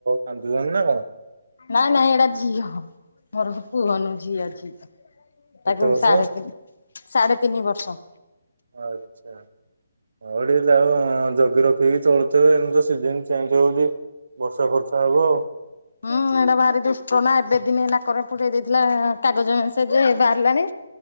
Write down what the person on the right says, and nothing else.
କାନ୍ଦୁଛନ୍ତି ନା କଣ
କେତେ
ବର୍ଷ?
ଆଚ୍ଛା। ହଁ ଟିକେ ତାକୁ ଜଗି ରଖିକି ଚଳୁଥିବେ ଏମତି ସିଜନ୍ ଚେଞ୍ଜ ହଉଚି। ବର୍ଷା ଫର୍ଷା ହେବ।